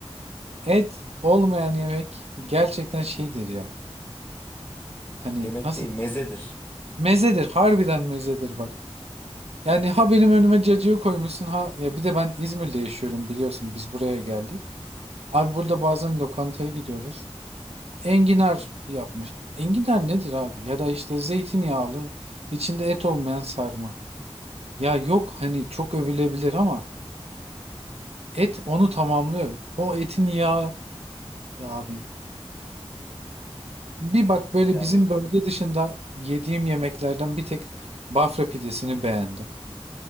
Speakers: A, on the right; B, on the left.
A: et olmayan yemek gerçekten şeydir ya. Hani
B: yemek
A: nasıl
B: değil mezedir.
A: mezedir, harbiden mezedir bak. Yani ha benim önüme cacığı koymuşsun ha ya bir de ben İzmir'de yaşıyorum biliyorsun biz buraya geldik. Abi burada bazen lokantaya gidiyoruz. Enginar yapmış. Enginar nedir abi? Ya da işte zeytinyağlı içinde et olmayan sarma. Ya yok hani çok övülebilir ama et onu tamamlıyor. O etin yağı ya abi bir bak böyle
B: Ya
A: bizim
B: bu
A: bölge dışında yediğim yemeklerden bir tek Bafra pidesini beğendim.